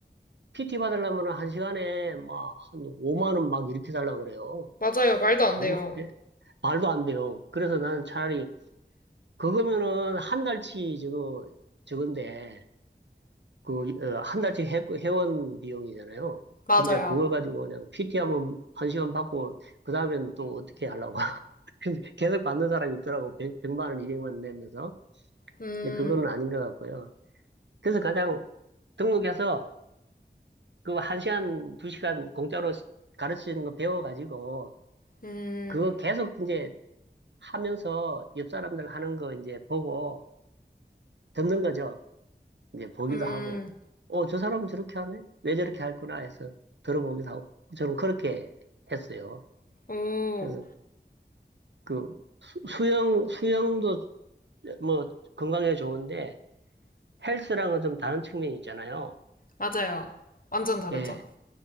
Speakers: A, on the right (about 80°); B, on the left (about 50°).
A: PT 받으려면 한 시간에 막 한 5만 원 막 이렇게 달라 그래요.
B: 맞아요. 말도 안
A: 그거
B: 돼요.
A: 예, 말도 안 돼요. 그래서 나는 차라리 그거면은 한 달치 저거 저건데 그, 어, 한 달치 회, 회원 비용이잖아요.
B: 맞아요.
A: 근데 그걸 가지고 그냥 PT 하면 한 시간 받고, 그 다음엔 또 어떻게 하려고. <laughs> 근데 계속 받는 사람이 있더라고. 100, 만 원, 200만 원 내면서.
B: 음.
A: 근데 그거는 아닌 것 같고요. 그래서 가장 등록해서 그 한 시간, 두 시간 공짜로 가르치는 거 배워가지고,
B: 음.
A: 그거 계속 이제 하면서 옆 사람들 하는 거 이제 보고 듣는 거죠. 이제 보기도
B: 음.
A: 하고, 어, 저 사람 저렇게 하네? 왜 저렇게 할구나 해서 들어보기도 하고, 저는 그렇게 했어요.
B: 오.
A: 그래서 그 수- 수영, 수영도 뭐 건강에 좋은데 헬스랑은 좀 다른 측면이 있잖아요.
B: 맞아요. 완전 다르죠.
A: 예,